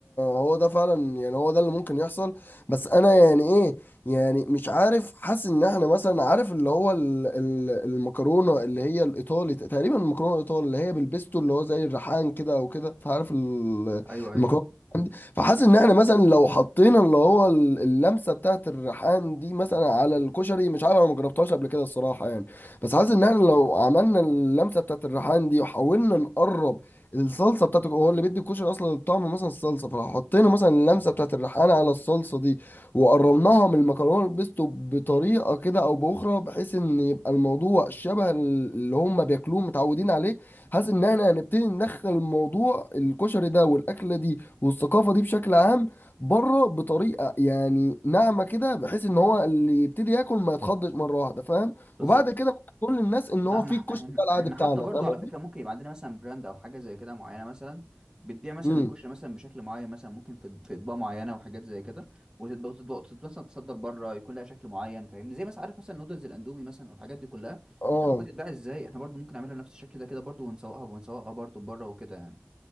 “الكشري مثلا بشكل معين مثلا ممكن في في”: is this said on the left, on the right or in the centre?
Right